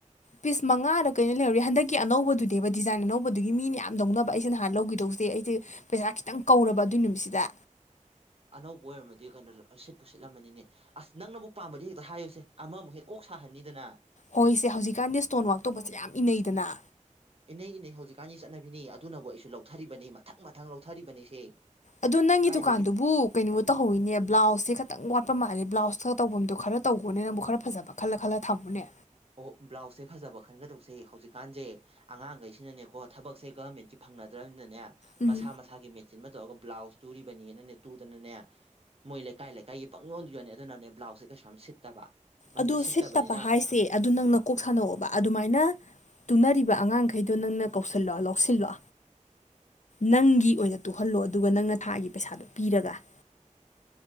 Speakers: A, on the left; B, on the right.
A: ꯄꯤꯁ ꯃꯉꯥꯗ ꯀꯩꯅꯣ ꯂꯩꯍꯧꯔꯤ ꯍꯟꯗꯛꯀꯤ ꯑꯅꯧꯕꯗꯨꯗꯦꯕ ꯗꯤꯖꯥꯏꯟ ꯑꯅꯧꯕꯗꯨꯒꯤ ꯃꯤꯅ ꯌꯥꯝ ꯂꯧꯅꯕ ꯑꯩꯁꯦ ꯅꯍꯥꯟ ꯂꯧꯒꯤꯗꯧꯖꯤ ꯖꯦ ꯑꯩꯖꯦ ꯄꯩꯁꯥ ꯈꯤꯇꯪ ꯀꯧꯔꯕ ꯑꯗꯨꯏ ꯅꯨꯃꯤꯠꯁꯤꯗ
B: ꯑꯅꯧꯕ ꯑꯣꯏꯔꯝꯃꯗꯤ ꯀꯩꯅꯣꯖꯨ ꯑꯁꯤꯠꯄꯨ ꯁꯤꯠꯂꯝꯃꯅꯤꯅꯦ ꯑꯁ ꯅꯪꯅꯕꯨ ꯄꯥꯝꯃꯗꯤ ꯍꯦꯛꯇ ꯍꯥꯏꯌꯨꯁꯦ ꯑꯃꯃꯨꯛ ꯍꯦꯛ ꯀꯣꯛ ꯁꯥꯍꯟꯅꯤꯗꯅ
A: ꯍꯣꯏꯁꯦ ꯍꯧꯖꯤꯛꯀꯥꯟꯗꯤ ꯏꯁꯇꯣꯟꯋꯥꯛ ꯇꯧꯕꯁꯦ ꯌꯥꯝ ꯏꯟꯅꯩꯗꯅ
B: ꯏꯅꯩ ꯏꯅꯩ ꯍꯧꯖꯤꯛꯀꯥꯟꯒꯤ ꯆꯠꯅꯕꯤꯅꯤ ꯑꯗꯨꯅꯕꯨ ꯑꯩꯁꯨ ꯂꯧꯊꯔꯤꯕꯅꯤ ꯃꯊꯪ ꯃꯊꯪ ꯂꯧꯊꯔꯤꯕꯅꯤ ꯁꯦ
A: ꯑꯗꯣ ꯅꯪꯒꯤ
B: ꯀꯥꯏꯗꯒꯤ
A: ꯗꯨꯀꯥꯟꯗꯨꯕꯨ ꯀꯩꯅꯣ ꯇꯧꯍꯧꯋꯤꯅꯦ ꯕ꯭ꯂꯥꯎꯁ ꯁꯦ ꯈꯤꯇꯪ ꯋꯥꯠ ꯆꯄ ꯃꯥꯑꯦ ꯕ꯭ꯂꯥꯎꯁ ꯈꯔ ꯇꯧꯐꯝꯗꯣ ꯈꯔ ꯇꯧꯒꯅꯦ ꯅꯪꯕꯨ ꯈꯔ ꯐꯕ ꯈꯜꯂ ꯈꯜꯂ ꯊꯝꯃꯨꯅꯦ
B: ꯑꯣ ꯕ꯭ꯂꯥꯎꯁꯁꯦ ꯐꯖꯕ ꯈꯟꯒꯗꯧꯁꯦ ꯍꯧꯖꯤꯛꯀꯥꯟꯁꯦ ꯑꯉꯥꯡꯈꯩꯁꯤꯅꯅꯦꯀꯣ ꯊꯕꯛꯁꯦ ꯒꯔꯃꯦꯟꯁꯤ ꯐ ꯐꯪꯅꯗ꯭ꯔꯕꯅꯤꯅꯅꯦ
A: ꯎꯝ
B: ꯃꯁꯥ ꯃꯁꯥꯒꯤ ꯃꯦꯆꯤꯟ ꯑꯃ ꯇꯧꯔꯒ ꯕ꯭ꯂꯥꯎꯁ ꯇꯨꯔꯤꯕꯅꯤꯅꯅꯦ ꯇꯨꯗꯅꯅꯦ ꯃꯣꯏ ꯂꯩꯀꯥꯏ ꯂꯩꯀꯥꯏꯒꯤ ꯄꯪ ꯌꯣꯟꯗ ꯌꯣꯟꯅꯦ ꯑꯗꯨꯅꯅꯦ ꯕ꯭ꯂꯥꯎꯁꯦ ꯀꯩꯁꯁꯨ ꯌꯥꯝ ꯁꯤꯠꯇꯕ ꯑꯗꯨꯅ
A: ꯑꯗꯨ
B: ꯁꯤꯠꯇꯕꯅꯤꯅ
A: ꯁꯤꯠꯇꯕ ꯍꯥꯏꯁꯦ ꯑꯗꯨ ꯅꯪꯅ ꯀꯣꯛ ꯁꯥꯟꯅꯣꯛꯑꯣꯕ ꯑꯗꯨꯃꯥꯏꯅ ꯇꯨꯅꯔꯤꯕ ꯑꯉꯥꯡꯈꯩꯗꯣ ꯅꯪꯅ ꯀꯧꯁꯤꯜꯂꯣ ꯂꯧꯁꯤꯜꯂꯣ ꯅꯪꯒꯤ ꯑꯣꯏꯅ ꯇꯨꯍꯜꯂꯣ ꯑꯗꯨꯒ ꯅꯪꯅ ꯊꯥꯒꯤ ꯄꯩꯁꯥꯗꯣ ꯄꯤꯔꯒ <inaudible>